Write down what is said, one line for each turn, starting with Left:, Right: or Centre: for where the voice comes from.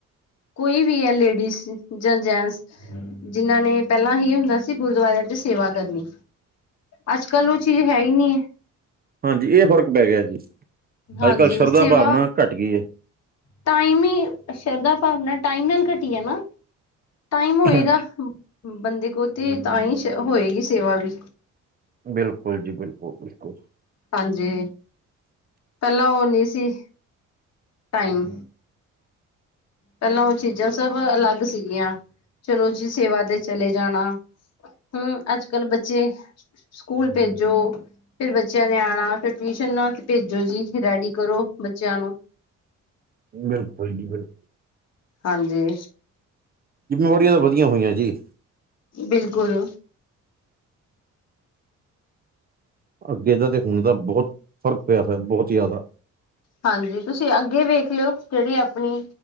Left: ਕੋਈ ਵੀ ਹੈ। ਲੇਡੀਜ਼ ਜਾਂ ਜੈਂਟਸ। ਜਿਨ੍ਹਾਂ ਨੇ ਪਹਿਲਾਂ ਹੀ ਹੁੰਦਾ ਸੀ। ਗੁਰਦੁਆਰਿਆਂ ਚ ਸੇਵਾ ਕਰਨੀ। ਅੱਜ ਕੱਲ ਉਹ ਚੀਜ਼ ਹੈ ਹੀ ਨਹੀਂ ਹੈ।
Right: ਹਾਂਜੀ ਇਹ ਫ਼ਰਕ ਪੈ ਗਿਆ ਜੀ।
Left: ਹਾਂਜੀ
Right: ਅੱਜ ਕੱਲ੍ਹ ਸ਼ਰਧਾ
Left: ਸੇਵਾ
Right: ਭਾਵਨਾ ਘੱਟ ਗਈ ਏ
Left: ਟਾਈਮ ਈ ਸ਼ਰਧਾ ਭਾਵਨਾ ਟਾਈਮ ਨਾਲ ਘਟੀ ਹੈ ਨਾ। ਟਾਈਮ ਹੋਏਗਾ।
Right: ਹਾਂਜੀ
Left: ਬੰਦੇ ਕੋਲ ਤੇ ਤਾਂ ਹੀ ਹੋਏਗੀ ਸੇਵਾ ਵੀ
Right: ਬਿਲਕੁਲ ਜੀ ਬਿਲਕੁਲ-ਬਿਲਕੁਲ।
Left: ਹਾਂਜੀ ਪਹਿਲਾਂ ਉਹ ਨੀ ਸੀ ਟਾਈਮ। ਪਹਿਲਾਂ ਉਹ ਚੀਜ਼ਾਂ ਸਭ ਅਲੱਗ ਸੀਗੀਆਂ ਚਲੋ ਜੀ ਸੇਵਾ ਤੇ ਚਲੇ ਜਾਣਾ। ਹੂ ਅੱਜ ਕੱਲ੍ਹ ਬੱਚੇ ਸਕੂਲ ਭੇਜੋ। ਫਿਰ ਬੱਚਿਆਂ ਨੇ ਆਉਣਾ ਫਿਰ ਟਿਊਸ਼ਨ ਨਾ ਤੇ ਭੇਜੋ ਜੀ ਫਿਰ ਰੈਡੀ ਕਰੋ ਬੱਚਿਆਂ ਨੂੰ
Right: ਬਿਲਕੁਲ ਜੀ ਬਿਲਕੁਲ।
Left: ਹਾਂਜੀ।
Right: ਜਿੰਮੇਵਾਰੀਆਂ ਤਾਂ ਵਧੀਆ ਹੋਈਆਂ ਜੀ।
Left: ਬਿਲਕੁਲ
Right: ਅੱਗੇ ਦਾ ਤੇ ਹੁਣ ਤਾਂ ਬਹੁਤ ਫਰਕ ਪਿਆ ਦਾ ਬਹੁਤ ਹੀ ਜਿਆਦਾ
Left: ਹਾਂਜੀ, ਤੁਸੀਂ ਅੱਗੇ ਵੇਖ ਲਿਓ ਜਿਹੜੀ ਆਪਣੀ